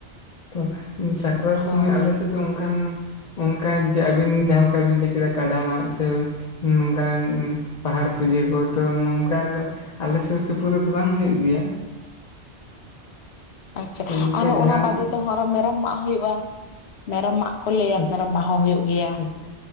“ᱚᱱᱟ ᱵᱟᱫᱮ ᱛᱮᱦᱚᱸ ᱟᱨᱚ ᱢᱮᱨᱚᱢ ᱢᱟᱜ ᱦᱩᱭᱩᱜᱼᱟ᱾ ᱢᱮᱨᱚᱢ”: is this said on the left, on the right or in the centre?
Left